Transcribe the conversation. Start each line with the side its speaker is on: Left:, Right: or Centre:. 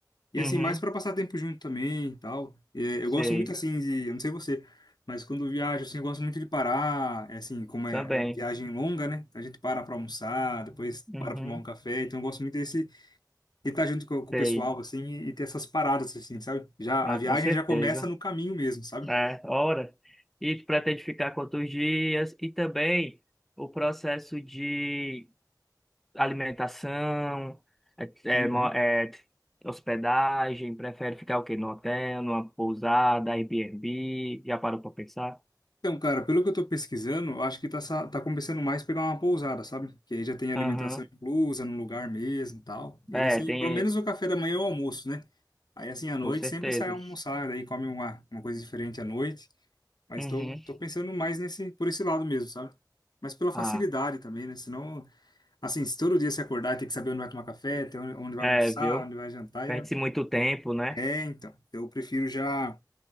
Left: E
Centre: Uhum.
Left: assim, mais para passar tempo junto também e tal. É,
Centre: Sei.
Left: eu gosto muito assim de, eu não sei você, mas quando eu viajo assim, eu gosto muito de parar, é, assim, como é
Centre: Também.
Left: viagem longa, né? A gente para para almoçar, depois
Centre: Uhum.
Left: para para tomar um café, então eu gosto muito desse de estar junto com, com
Centre: Sei.
Left: o pessoal assim e, e ter essas paradas assim, sabe? Já
Centre: Ah,
Left: a viagem
Centre: com certeza.
Left: já começa no caminho mesmo, sabe?
Centre: É, hora. E tu pretende ficar quantos dias? E também o processo de alimentação, é,
Left: Uhum.
Centre: é, mo- é, hospedagem, prefere ficar o quê? No hotel, numa pousada, Airbnb? Já parou para pensar?
Left: Então, cara, pelo que eu tô pesquisando, eu acho que tá, sa- tá compensando mais pegar uma pousada, sabe? Que aí já tem alimentação
Centre: Aham.
Left: inclusa no lugar mesmo e tal. E
Centre: É,
Left: aí, assim,
Centre: tem,
Left: pelo menos o café da manhã é o almoço, né? Aí, assim, à noite
Centre: com certeza.
Left: sempre sai almoçar, daí come uma, uma coisa diferente à noite. Mas
Centre: Uhum.
Left: tô, tô pensando mais nesse, por esse lado mesmo, sabe? Mas pela facilidade
Centre: Ah,
Left: também, né? Senão, assim, se todo dia você acordar e tem que saber onde vai tomar café, ter onde, onde vai
Centre: é,
Left: almoçar,
Centre: viu?
Left: onde vai jantar,
Centre: Perde-se
Left: é,
Centre: muito tempo, né?
Left: é, então. Eu prefiro já